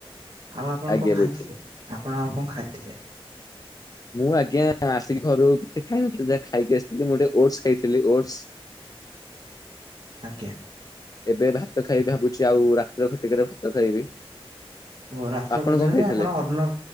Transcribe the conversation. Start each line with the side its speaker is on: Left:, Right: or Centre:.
Right: ଆଉ ଆଉ ଆପଣ
Left: ଆଜ୍ଞା
Right: କଣ ଖାଇଥିଲେ
Left: ବୁଝିଲି
Right: ଆପଣ କଣ ଆଉ କଣ ଖାଇଥିଲେ
Left: ମୁଁ ଆଜ୍ଞା ଆସିକି ଘରୁ କିଛି ଖାଇନଥିଲି, ଯାହା ଖାଇକି ଆସିଥିଲି ମୁଁ ଓଟସ୍ ଖାଇଥିଲି। Feel <unintelligible> oats.
Right: ଆଜ୍ଞା।
Left: ଏବେ ଭାତ ଖାଇବି ଭାବୁଛି ଆଉ ରାତି ଖଟିକାରେ ଭାତ ଖାଇବି।
Right: ଓ ରାତ୍ର
Left: ଆପଣ
Right: ଭୋଜନରେ,
Left: କଣ ଖାଇଥିଲେ?
Right: ଆପଣ ଅନ୍ନ